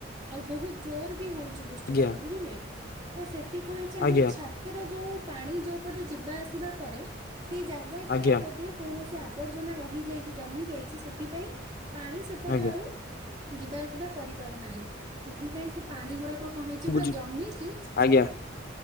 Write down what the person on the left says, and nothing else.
ଆଜ୍ଞା
ଆଜ୍ଞା
ଆଜ୍ଞା
ଆଜ୍ଞା
ବୁଝି
ଆଜ୍ଞା